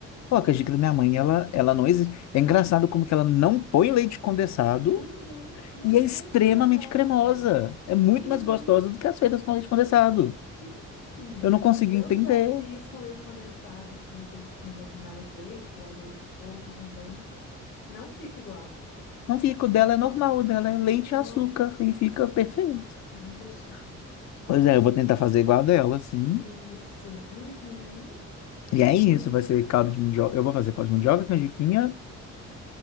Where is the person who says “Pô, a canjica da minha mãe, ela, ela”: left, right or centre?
Left